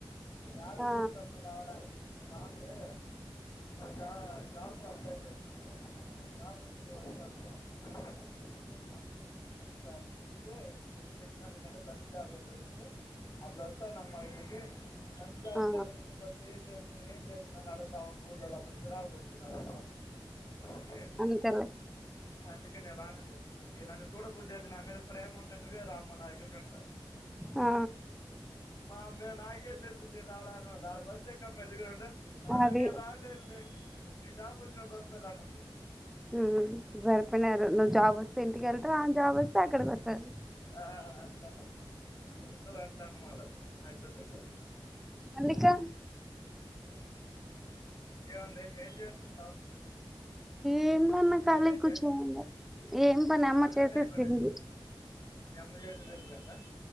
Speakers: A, on the left; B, in the centre.
A: యాడ
B: ఆ
A: కుదురుతాం మా రావడానికి ఇప్పుడు నేను రానులే జా జాబ్ కు అప్లై చేసుకున్నా <inaudible> ఆ జాబ్ వచ్చే వరకూ <inaudible> అని జెప్పా మంచి జాబ్ దొరికితే ఇప్పుడు చేసినదానికన్నా బెటర్ జాబ్ గానీ దొరికితే అప్పుడు వస్తానమ్మా ఇంటికి మంచి జాబ్
B: ఆ
A: లేకుండా ఇంటికొచ్చి ఏం చేస్ <unintelligible> ఏం చేస్తున్నావ్ అని అడుగుతా ఉంటారు ఊర్లో వాళ్ళు అందరూ చిరాకు పుట్టుద్ది నాకు <inaudible> కే
B: అంతేలే
A: అందుకే నేను రాను అని చెప్పి ఇగ నన్ను చూడబుద్ది అయిద్ది నా మీద ప్రేమ ఉంటే నువ్వే రా అమ్మ నా దగ్గరికి అంట
B: ఆ
A: మా అమ్మే నాకేం తెలుతద్ది రావడాను ఆడ బస్సు ఎక్కు అమ్మ ఈడ దిగు అంటే ఆహా
B: అది
A: నేను రా లేను లే నీకు జాబ్ వచ్చినప్పుడు వస్తానులే అనుద్ది
B: ఊ సరిపోయినారు నువ్వు జాబ్ వస్తే ఇంటికెళ్తావ్ ఆమె జాబ్ వస్తే అక్కడకి వస్తాది
A: ఆ అట్లా ఇద్దరూ అట్లా అన్నమాట మా ఇద్దరుకి
B: మల్లిక
A: ఇంకేం ఉంది ఏం చేస్తున్నావ్
B: ఏం లా అన్నా ఖాళీ
A: అయిపోయాయి
B: కూర్చో ఉన్నా ఏం పని అమ్మ
A: పనులన్నీ
B: చేసేసి
A: అయిపోయినాయి
B: పింది
A: మీ అమ్మ చేసేది వెళ్ళిపోయిందా